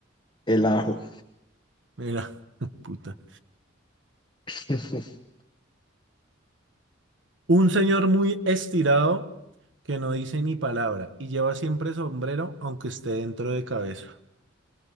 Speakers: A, on the left (about 25°); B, on the right (about 65°).
A: El ajo.
B: Mira, <laughs> puta.
A: <laughs>
B: Un señor muy estirado que no dice ni palabra y lleva siempre sombrero, aunque esté dentro de cabeza.